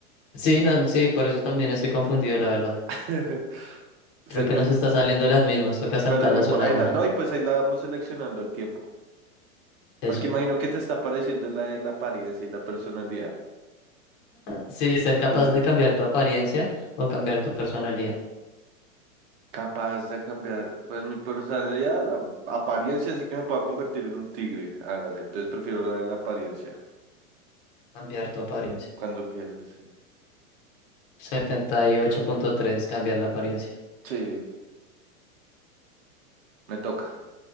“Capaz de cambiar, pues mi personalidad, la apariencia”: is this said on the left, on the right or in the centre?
Right